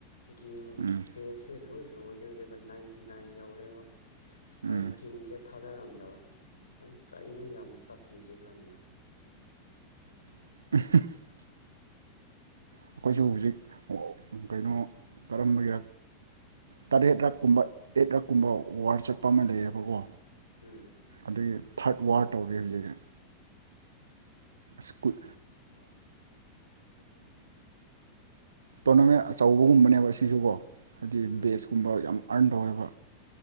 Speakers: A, on the left; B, on the right.
A: ꯒꯦꯝ
B: ꯎꯝ
A: ꯁꯦ ꯂꯣꯏ ꯂꯣꯏꯗꯣꯏꯔꯦꯕ ꯅꯥꯏꯟꯇꯤ ꯅꯥꯏꯟ ꯌꯧꯔꯦꯕ
B: ꯎꯝ
A: ꯑ ꯀꯡꯁꯠ ꯊꯥꯗꯔꯝꯗꯕ ꯑꯗꯨ ꯀꯩꯅ ꯌꯥꯝ ꯇꯞꯄꯤꯁꯦ ꯀꯥꯟꯅ
B: <unintelligible> ꯑꯩꯈꯣꯏꯁꯨ ꯍꯧꯖꯤꯛ ꯀꯩꯅꯣ ꯀꯔꯝꯕꯒꯤ ꯇꯔꯦꯠꯔꯛ ꯀꯨꯝꯕ ꯑꯦꯠ ꯔꯛ ꯀꯨꯝꯕ ꯋꯥꯔ ꯆꯠꯄ ꯑꯃ ꯂꯩꯌꯦꯕꯀꯣ
A: ꯎꯝ
B: ꯑꯗꯨ ꯊꯥꯔꯠ ꯋꯥꯔ ꯇꯧꯔꯤ ꯍꯧꯖꯤꯛꯗ ꯁ꯭ꯀꯨꯜꯣ ꯇꯅ ꯑꯆꯧꯕꯒꯨꯝꯕꯅꯦꯕ ꯁꯤꯁꯨꯕꯣ ꯍꯥꯏꯗꯤ
A: ꯎꯝ
B: ꯕꯦꯖꯀꯨꯝꯕ ꯌꯥꯝ ꯑꯔꯟ ꯇꯧꯋꯦꯕ